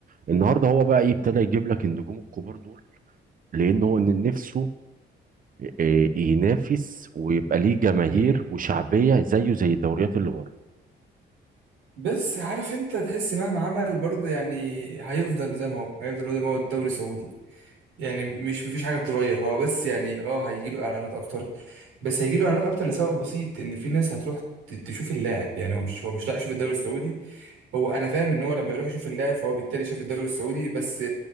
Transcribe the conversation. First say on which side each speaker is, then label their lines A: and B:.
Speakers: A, on the right (about 45°); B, on the right (about 85°).
A: النهارده هو بقى ايه ابتدى يجيب لك النجوم الكبار دول لأن هو ان نفسه آه، ينافس ويبقى ليه جماهير
B: امم
A: وشعبية زيه زي الدوريات اللي بره
B: بس عارف انت تحس مهما عمل برضه يعني هيفضل زي ما هو هيفضل هو زي ما هو الدوري السعودي يعني مش مفيش حاجه تتغير هو بس يعني اه هيجي له اعلانات اكتر بس هيجي له اعلانات اكتر لسبب بسيط ان في ناس هتروح ت- تشوف اللاعب يعني هو مش هو مش رايح يشوف الدوري السعودي هو انا فاهم ان هو لما يروح يشوف اللاعب فهو بالتالي شاف الدوري السعودي بس